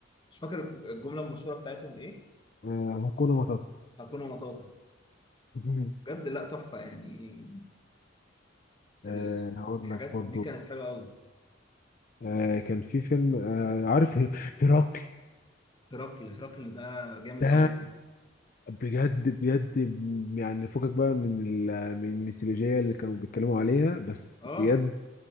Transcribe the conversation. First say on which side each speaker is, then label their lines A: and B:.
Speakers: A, on the left; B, on the left.
A: فاكر الجمله المشهوره بتاعتهم ايه
B: آه هكون مطب
A: هكون مطاطا
B: <laughs>
A: بجد لا تحفه يعني ال-
B: آه هقول
A: الحاجات
B: لك برضو
A: دي كانت حلوه قوي
B: آه كان في فيلم آه عارف هرقل
A: هرقل هرقل ده جامد
B: ده
A: قوي
B: بجد بجد يعني فكك بقى من ال- من الميثولوجية اللي كانوا بيتكلموا عليها بس
A: اه
B: بجد